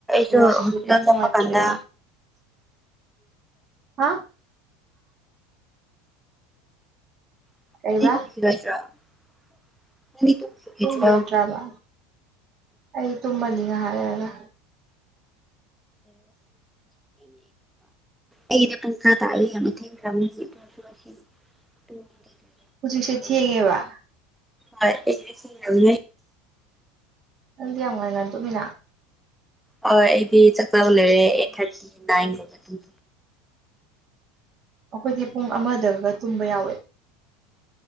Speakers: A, on the right; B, in the centre.
A: ꯅꯦꯠꯋꯥꯛꯁꯤꯁꯨ
B: ꯁꯨ ꯍꯣꯄꯤꯜ
A: ꯈꯔ ꯅꯨꯡꯉꯥꯏꯇ꯭ꯔꯦ
B: ꯆꯄ ꯀꯥꯟꯗ
A: ꯍꯥ
B: <unintelligible>
A: ꯀꯩꯕꯥ
B: ꯅꯪꯗꯤ ꯇꯨꯝꯈꯤꯔꯣꯏꯗ꯭ꯔꯣ
A: ꯇꯨꯝꯕꯤꯔꯣꯗ꯭ꯔꯕ ꯑꯩ ꯇꯨꯝꯃꯅꯤꯅ ꯍꯥꯏꯔꯑꯒ
B: ꯑꯩ ꯄ ꯈꯥ ꯇ ꯊ <unintelligible>
A: ꯁꯦ ꯊꯦꯡꯉꯦꯕ
B: ꯍꯣꯏꯁꯨ ꯌꯥꯝ
A: ꯑꯗꯨꯗꯤ ꯌꯥꯝ ꯅꯨꯡꯉꯥꯏ ꯉꯥꯟ ꯇꯨꯃꯤꯅꯥ
B: ꯍ ꯑꯩꯗꯤ ꯆꯥꯛ ꯆꯕ ꯂꯩꯔꯦ ꯑꯩꯠ ꯊꯥꯔꯇꯤ ꯅꯥꯏꯟ ꯃꯇꯨꯡ
A: ꯑꯩꯈꯣꯏꯗꯤ ꯄꯨꯡ ꯑꯃꯗꯒ ꯇꯨꯝꯕ ꯌꯥꯎꯋꯏ